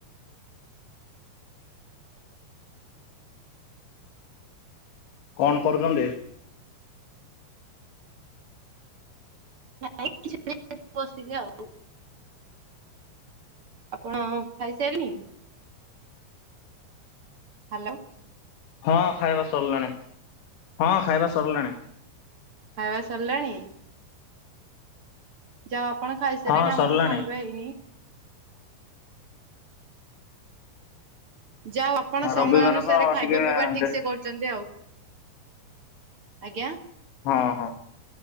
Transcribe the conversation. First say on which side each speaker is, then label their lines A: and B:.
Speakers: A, on the left; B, on the right.
A: କଣ କରୁଛନ୍ତି।
B: ନାଇଁ <inaudible> ବସି ଥିଲେ ଆଉ। ଆପଣ ଖାଇସାଇନି। ହ୍ୟାଲୋ।
A: ହଁ ଖାଇବା ସରିଲାଣି ହଁ ଖାଇବା ସରିଲାଣି।
B: ଖାଇବା ସରିଲାଣି। ଯାହା ଆପଣ ଖାଇସାରିଲେଣି
A: ହଁ
B: ଆମର
A: ସରିଲାଣି।
B: ଖାଇବା ହେଇନି। ଯା ଆପଣ ସମୟ
A: ରବିବାର
B: ଅନୁସାରେ
A: ତ
B: ଖାଇବା
A: ଟିକେ
B: ପିଇବା ଠିକ
A: ଦେ
B: ସେ କରୁଛନ୍ତି ଆଉ। ଆଜ୍ଞା।
A: ହଁ ହଁ।